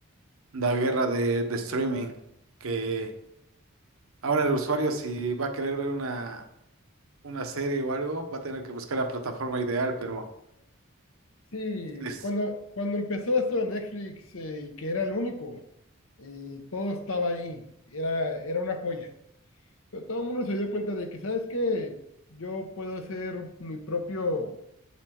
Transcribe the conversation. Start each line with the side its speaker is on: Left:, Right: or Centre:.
Right: la guerra de, de streaming, que ahora el usuario si va a querer ver una, una serie o algo, va a tener que buscar la plataforma ideal, pero
Left: Sí,
Right: es-
Left: cuando, cuando empezó esto de Netflix eh, y que era el único, y todo estaba ahí, era, era una joya. Pero todo el mundo se dio cuenta de que, ¿sabes qué? Yo puedo hacer mi propio